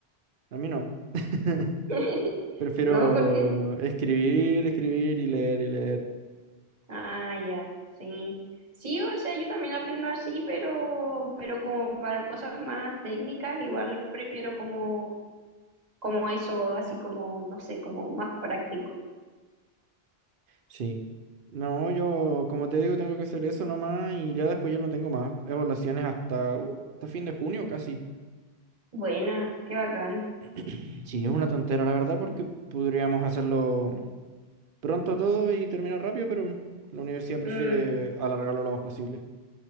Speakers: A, on the right; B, on the right.
A: a mí no. <laughs>
B: <laughs>
A: Prefiero
B: ¿No? ¿Por qué?
A: escribir, escribir y leer y leer.
B: Ah, ya, sí. Sí, o sea, yo también aprendo así, pero, pero como para cosas más técnicas, igual prefiero como, como eso, así como, no sé, como más práctico.
A: Sí. No, yo, como te digo, tengo que hacer eso nomás y ya después ya no tengo más evaluaciones hasta, uh, hasta fin de junio casi.
B: Buena, qué bacán.
A: <clears throat> Sí, es una tontera, la verdad, porque podríamos hacerlo pronto todo y terminar rápido, pero la universidad prefiere
B: Mm,
A: alargarlo lo más posible.